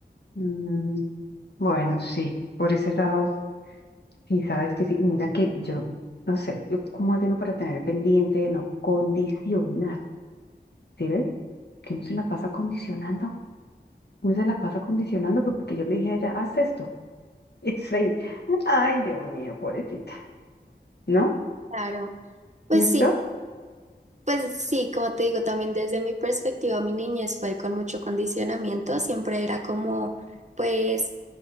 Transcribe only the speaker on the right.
Claro, pues
sí, pues sí, como te digo, también desde mi perspectiva, mi niñez fue con mucho condicionamiento, siempre era como, pues,